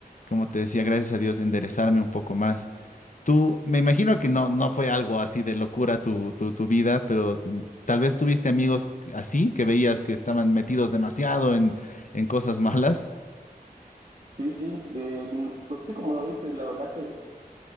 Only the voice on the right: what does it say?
Sí, sí, eh, pues sí, como lo dices, la verdad que